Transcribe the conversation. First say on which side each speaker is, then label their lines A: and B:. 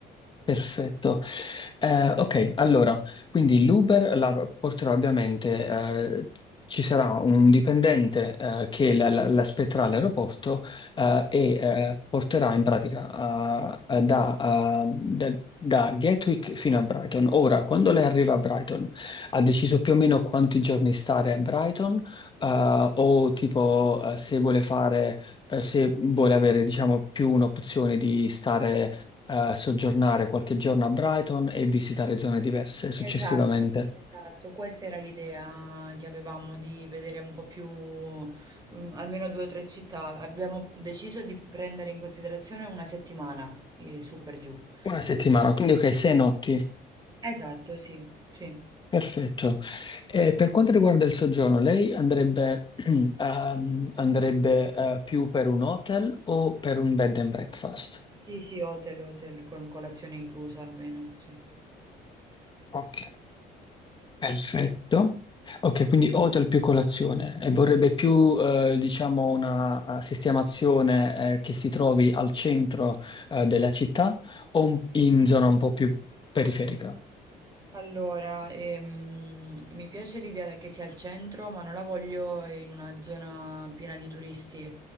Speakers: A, on the left; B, on the right.
A: Perfetto. Eh, ok, allora, quindi l'Uber la porterà ovviamente, eh, ci sarà un dipendente eh, che la- la- l'aspetterà all'aeroporto eh, e eh, porterà in pratica eh, eh, da, eh, da- da Gatwick fino a Brighton. Ora, quando lei arriva a Brighton, ha deciso più o meno quanti giorni stare a Brighton Eh, o tipo eh, se vuole fare, eh, se vuole avere diciamo più un'opzione di stare eh, soggiornare qualche giorno a Brighton e visitare zone diverse successivamente.
B: Esatto, esatto, questa era l'idea che avevamo di vedere un po' più, mm, almeno due o tre città. Abbiamo deciso di prendere in considerazione una settimana, eh, su per giù.
A: Una settimana,
B: Quindi,
A: quindi ok, sei
B: sì.
A: notti.
B: Esatto, sì, sì.
A: Perfetto. E per quanto riguarda il soggiorno, lei andrebbe, <clears throat> ehm, andrebbe, eh, più per un hotel o per un bed and breakfast?
B: Sì, sì, hotel, hotel, con colazione inclusa almeno, sì.
A: Ok, perfetto. Ok, quindi hotel più colazione e vorrebbe
B: Sì.
A: più, eh, diciamo, una eh, sistemazione, eh, che si trovi al centro, eh, della città o un- in zona un po' più periferica?
B: Allora, ehm, mi piace l'idea che sia al centro, ma non la voglio in una zona piena di turisti.